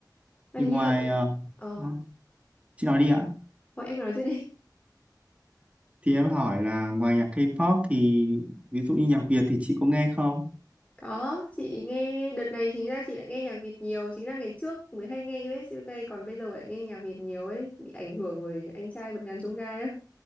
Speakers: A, on the left; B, on the right.
A: mà
B: thì
A: hình
B: ngoài
A: như là tự-
B: ờ,
A: ờ
B: hả? chị nói đi ạ
A: thôi em cứ nói trước đi
B: thì em hỏi là ngoài nhạc K-pop thì ví dụ như nhạc Việt thì chị có nghe không?
A: Có, chị nghe đợt này chính ra chị lại nghe nhạc Việt nhiều, chính ra ngày trước mới hay nghe US UK còn bây giờ lại nghe nhạc Việt nhiều ấy, bị ảnh hưởng bởi anh trai vượt ngàn chông gai á.